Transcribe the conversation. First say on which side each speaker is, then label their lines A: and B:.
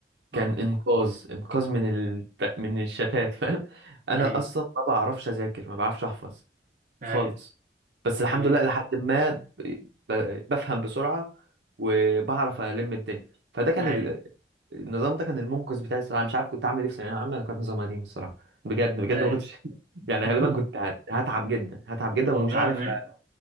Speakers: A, on the right; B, on the right.
A: كان
B: اه
A: انقاذ انقاذ من ال... من الشتات فاهم انا
B: ايوه
A: اصلا ما بعرفش اذاكر ما بعرفش احفظ
B: اي
A: خالص بس الحمد
B: اي
A: لله لحد ما ب- ب- بفهم بسرعة وبعرف ألم الدنيا فده كان
B: اي
A: ال... النظام ده كان المنقذ بتاعي الصراحة مش عارف كنت عامل ايه في ثانوية عامة انا كانت نظام قديم الصراحة بجد بجد
B: اي
A: ما كنتش <laughs> يعني
B: <laughs>
A: غالبا كنت هت- هتعب جدا هتعب جدا
B: هو
A: ومش
B: فعلا
A: عارف أ-
B: اي